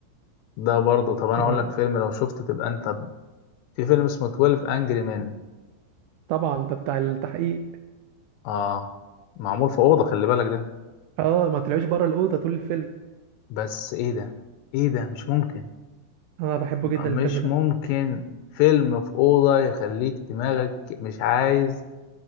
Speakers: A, on the left (about 85°); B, on the right (about 80°).
A: ده برضه طب أنا أقول
B: آه،
A: لك فيلم لو شفته تبقى أنت في فيلم اسمه 12 أنجري مان
B: طبعا ده بتاع التحقيق
A: اه معمول في اوضه خلي بالك ده
B: اه ما طلعوش بره الأوضة طول الفيلم
A: بس ايه ده ايه ده مش ممكن
B: أنا بحبه جدا
A: مش
B: الفيلم ده
A: ممكن فيلم في اوضه يخليك دماغك مش عايز